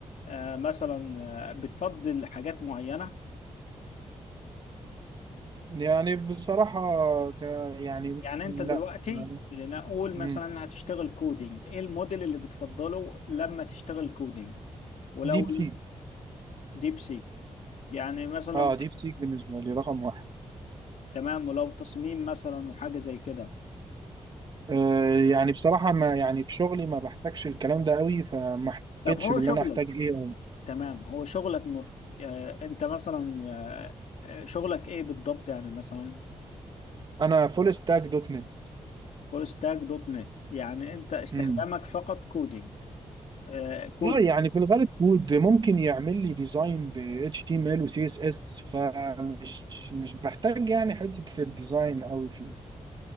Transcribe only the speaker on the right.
يعني بصراحة ك يعني
لا
يعني
مم.
ديب سيك
اه ديب سيك بالنسبة لي رقم واحد
آه، يعني بصراحة ما يعني في شغلي ما بحتاجش الكلام ده قوي فما احتكتش
باللي
انا احتاج ايه أوي.
انا فول ستاك دوت نت
امم
اه يعني في الغالب كود ممكن يعمل لي ديزاين ب HTML و CSS فمش مش بحتاج يعني حتة الديزاين قوي فيه